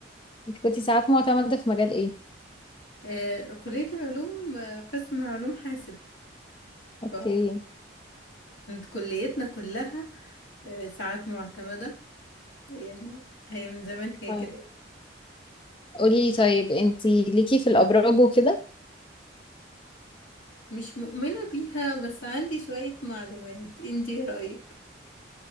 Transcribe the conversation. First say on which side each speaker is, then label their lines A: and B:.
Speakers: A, on the left (about 25°); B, on the left (about 80°).
A: انت كنتي ساعات معتمدة في مجال ايه
B: آه كليه العلوم آه، قسم علوم حاسب
A: اوكي
B: فكانت كليتنا كلها آه، ساعات معتمده يعني هي من زمان هي
A: طيب.
B: كده
A: قولي طيب انتي ليكي في الابراج وكده
B: مش مؤمنة بيها بس عندي شوية معلومات انتي ايه رأيك